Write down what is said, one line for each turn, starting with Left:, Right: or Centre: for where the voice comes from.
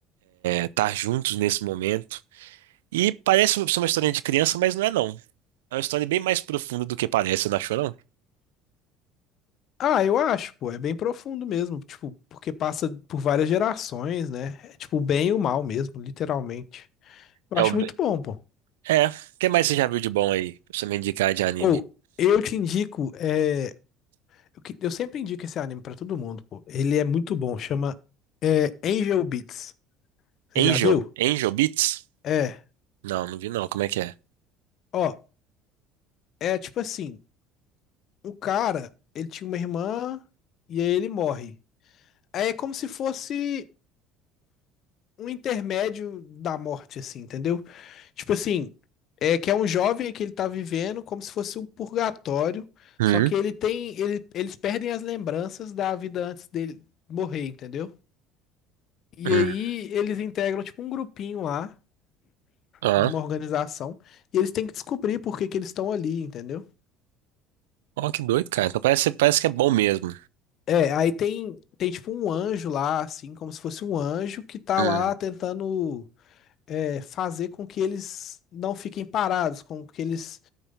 Right: estar juntos nesse momento. E parece ser uma história de criança, mas não é não. É uma história bem mais profunda do que parece, não achou não?
Left: Ah, eu acho, pô, é bem profundo mesmo, tipo, porque passa por várias gerações, né? É tipo o bem e o mal mesmo, literalmente. Eu
Right: É,
Left: acho
Right: o...
Left: muito bom, pô.
Right: é, o que mais você já viu de bom aí, pra você me indicar de anime?
Left: Ou, eu te indico, é... Eu que- eu sempre indico esse anime pra todo mundo, pô. Ele é muito bom, chama é, Angel Beats. Você
Right: Angel?
Left: já viu?
Right: Angel Beats?
Left: É,
Right: Não, não vi não, como é que é?
Left: ó, é tipo assim, o cara, ele tinha uma irmã e aí ele morre. Aí é como se fosse um intermédio da morte, assim, entendeu? Tipo assim, é que é um jovem que ele tá vivendo como se fosse um purgatório,
Right: Hum,
Left: só que ele tem, ele, eles perdem as lembranças da vida antes dele morrer, entendeu? E
Right: hum.
Left: aí eles integram tipo um grupinho lá
Right: Ah,
Left: de uma organização e eles têm que descobrir por que que eles estão ali, entendeu?
Right: ó, que doido, cara. Então parece, parece que é bom mesmo.
Left: É, aí tem, tem tipo um anjo lá, assim, como se fosse um anjo que tá
Right: Hum.
Left: lá tentando é, fazer com que eles não fiquem parados, com que eles